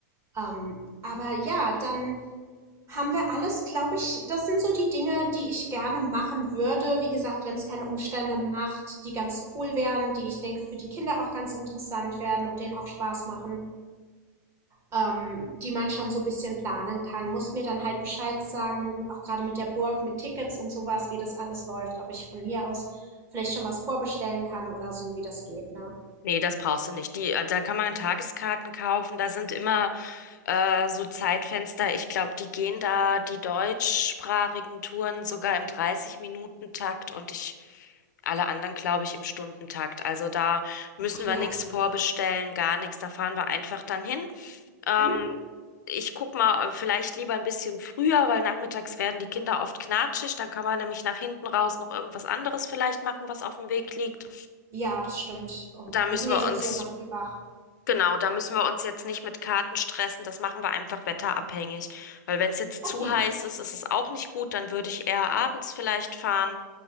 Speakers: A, on the right (about 25°); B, on the left (about 75°).
A: Ähm, aber ja, dann Haben wir alles, glaube ich. Das sind so die Dinge, die ich gerne machen würde. Wie gesagt, wenn es keine Umstände macht, die ganz cool wären, die ich denke für die Kinder auch ganz interessant werden und denen auch Spaß machen, ähm, die man schon so ein bisschen planen kann. Muss mir dann halt Bescheid sagen, auch gerade mit der Burg, mit Tickets und sowas, wie das alles läuft, ob ich von hier aus vielleicht schon was vorbestellen kann oder so, wie das geht, ne?
B: Nee, das brauchst du nicht. Die, äh, da kann man Tageskarten kaufen. Da sind immer äh, so Zeitfenster. Ich glaube, die gehen da die deutschsprachigen Touren sogar im dreißig minuten takt und ich alle anderen, glaube ich, im Stundentakt. Also da müssen
A: Ach
B: wir
A: ja,
B: nichts
A: super.
B: vorbestellen, gar nichts. Da fahren wir einfach dann hin. Ähm,
A: Mhm.
B: ich guck mal, äh, vielleicht lieber ein bisschen früher, weil nachmittags werden die Kinder oft knatschig. Dann kann man nämlich nach hinten raus noch irgendwas anderes vielleicht machen, was auf dem Weg liegt.
A: Ja, das stimmt. Und
B: Da müssen
A: wir sind ja
B: wir
A: sowieso
B: uns
A: immer früh wach.
B: Genau, da müssen wir uns jetzt nicht mit Karten stressen, das machen wir einfach wetterabhängig. Weil wenn es jetzt
A: Okay.
B: zu heiß ist, ist es auch nicht gut, dann würde ich eher abends vielleicht fahren.